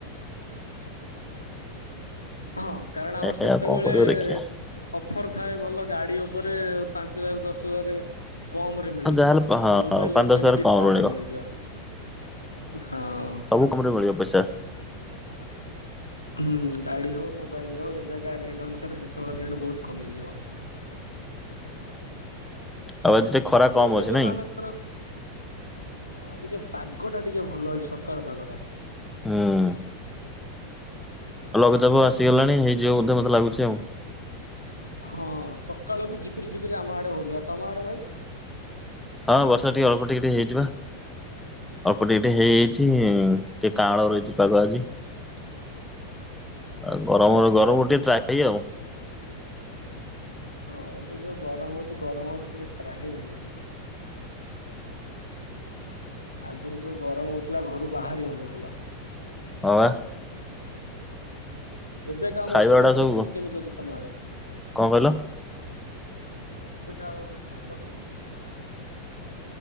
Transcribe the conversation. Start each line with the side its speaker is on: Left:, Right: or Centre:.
Centre: <inaudible>
Left: ହଁ, କାରଣ ଆମର ସେତେବେଳେ
Centre: ଏ ଆଉ କଣ କରିବ ଦେଖିବା
Left: ଅପ ଅଫର ଥାଏ ଭଲ ଗାଡି ଉପରେ ପାଞ୍ଚ ହଜାର ରୁ ଦଶ ହଜାର କମ ରେ ମିଳିଯିବ
Centre: ଆଉ ଯାହାହେଲେ ହଁ
Left: ମୋବାଇଲ
Centre: ପାଞ୍ଚ
Left: ବି ସେମିତି
Centre: ଦଶ ହଜାର
Left: ଡିସକାଉଣ୍ଟରେ
Centre: କମ ମିଳିବ
Left: ମିଳିଯିବ ।ହଁ!
Centre: ସବୁ କମରେ ମିଳିବ ପଇସା
Left: ହୁଁ! ଗାଡି ହଉ ମୋବାଇଲ ହଉ ଏବେକା ରେଟ ଅନୁସାରେ ସେତେବେଳେ ରେଟ ବହୁତ କମିଯିବ।
Centre: ଆଉ ଆଜି ଟିକେ ଖରା କମ
Left: ଏବେ
Centre: ଅଛି
Left: ଯୋଉମାନଙ୍କର
Centre: ନାଇଁ
Left: ହଁ ଆଜି ଯ ପାଗଟା ଟିକେ ଭଲ ଅଛି, ସକାଳ ପାଗଟା।
Centre: ଉଁ। <unintelligible> ହେଇଯିବୋ ମତେ ଯାଉଁ।
Left: ହଁ ସକାଳୁ ବି ଝିପିରି ଝିପିରି ଆମ ଆଡେ ହଉଥିଲା, ତମ ଆଡେ ଭାଇ?
Centre: ହଁ ବର୍ଷା ଟିକେ ଅଳ୍ପ ଟିକେ ଟେ ହେଇଛି ପା, ଅଳ୍ପ ଟିକେ ଟେ ହେଇଛି । ଟିକେ କାଁଳ ରହିଛି ପାଗ ଆଜି ଆ ଗରମ ଗରମରୁ ଟିକେ ତ୍ରାହି ଆଉ ।
Left: ହଁ ଏବେ ଯୋଉ ଗରମ ହଉଛି ଗରମରୁ ଟିକେ ତ୍ରାହି ମିଳୁଛି। ଆଗରୁ ଯୋଉ ଗରମ ହଉଥିଲା ଘରୁ ବାହାରି ହଉନଥିଲା।
Centre: ଅ, ଆ।
Left: ଏବେ କା
Centre: ଖାଇବା
Left: ମୌସୁମୀ
Centre: ଗୁଡା ସବୁ
Left: କେବେ କେମିତି ଅଛି। ତମ ଆଡ଼େ।
Centre: କଣ କଇଲ?
Left: ଏବେକା ଆଉ ପାାଗ କେମିତି ଅଛି?